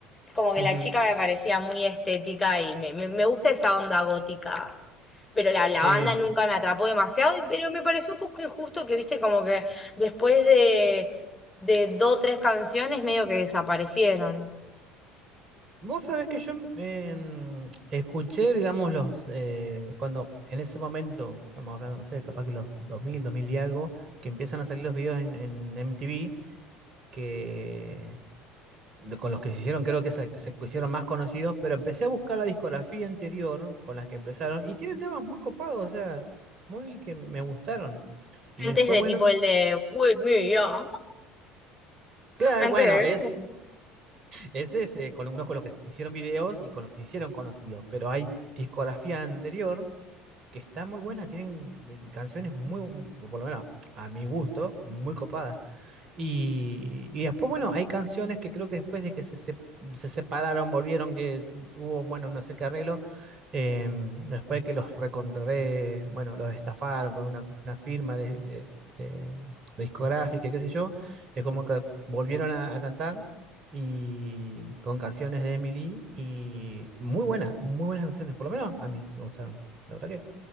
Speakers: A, on the left; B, on the right.
A: como que
B: Ujú,
A: la chica me parecía muy estética y me, me, me gusta esa onda gótica Pero la, la
B: Sí.
A: banda nunca me atrapó demasiado, y- pero me pareció un poco injusto que, viste, como que después de, de dos o tres canciones medio que desaparecieron.
B: Vos sabés que yo em, escuché, digamos, los, eh, cuando en ese momento, estamos hablando, no sé, capaz que los dos mil dos mil y algo, que empiezan a salir los videos en, en MTV, que lo- con los que se hicieron, creo que se, que se hicieron más conocidos, pero empecé a buscar la discografía anterior con las que empezaron y tienen temas muy copados, o sea, muy que me gustaron. Y
A: Antes
B: después,
A: de
B: bueno
A: tipo el de With Me, yeah.
B: Claro,
A: Antes
B: bueno,
A: de
B: es,
A: eso.
B: ese es eh, con uno con lo que hicieron videos y con los que se hicieron conocidos, pero hay discografía anterior que está muy buena, tienen eh, canciones muy, por lo menos a mi gusto, muy copadas. Y, y después, bueno, hay canciones que creo que después de que se, se- se separaron, volvieron, que hubo, bueno, no sé qué arreglo, eh, después de que los recontré, bueno, los estafaron con una, una firma de, de- de discográfica y qué sé yo, es como que volvieron a, a cantar y con canciones de Emily y muy buenas, muy buenas canciones, por lo menos a mí me gustaron, la verdad que